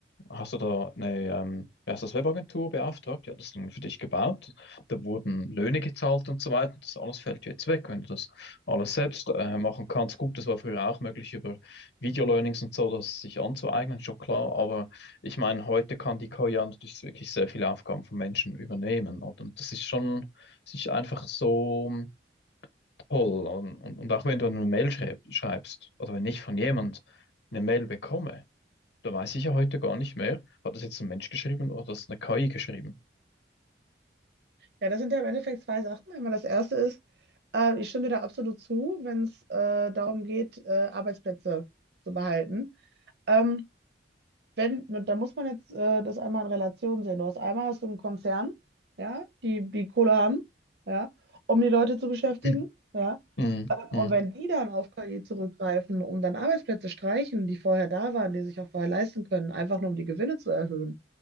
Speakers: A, on the left (about 65°); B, on the right (about 60°).
A: Hast du da eine, ähm, wie heißt das, Webagentur beauftragt? Ja, das dann für dich gebaut. Da wurden Löhne gezahlt und so weiter. Das alles fällt dir jetzt weg, wenn du das alles selbst äh, machen kannst. Gut, das war früher auch möglich über Video-Learnings und so, das sich anzueignen, schon klar. Aber ich meine, heute kann die KI ja natürlich wirklich sehr viele Aufgaben von Menschen übernehmen. Oder? Und das ist schon, das ist einfach so toll. Und, und, und auch wenn du eine Mail schreib, schreibst, oder wenn ich von jemand eine Mail bekomme, da weiß ich ja heute gar nicht mehr. Hat das jetzt ein Mensch geschrieben oder hat das eine KI geschrieben?
B: Ja, das sind ja im Endeffekt zwei Sachen. Einmal das erste ist, äh, ich stimme dir da absolut zu, wenn es äh, darum geht, äh, Arbeitsplätze zu behalten. Ähm, wenn, da muss man jetzt äh, das einmal in Relation sehen. Du hast einmal hast du einen Konzern, ja, die die Kohle haben, ja, um die Leute zu beschäftigen,
A: <clears throat>
B: ja.
A: Mm,
B: Ähm,
A: mm,
B: Und wenn die dann auf KI zurückgreifen und dann Arbeitsplätze streichen, die vorher da waren, die sich auch vorher leisten können, einfach nur um die Gewinne zu erhöhen,